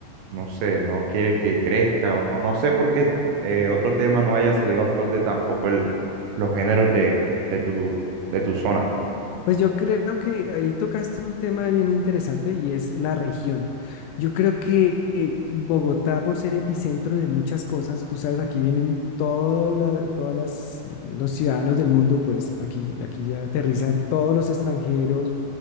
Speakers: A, on the right; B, on the left.
A: no sé, no quiere que crezca, o no, no sé por qué eh, otro tema no haya salido a flote tampoco el, los géneros de, de tu, de tu zona.
B: Pues yo creo que ahí tocaste un tema bien interesante y es la región. Yo creo que eh, Bogotá, por ser epicentro de muchas cosas, tú sabes, aquí vienen todas la- todas las, los ciudadanos del mundo, pues aquí, aquí ya aterrizan todos los extranjeros,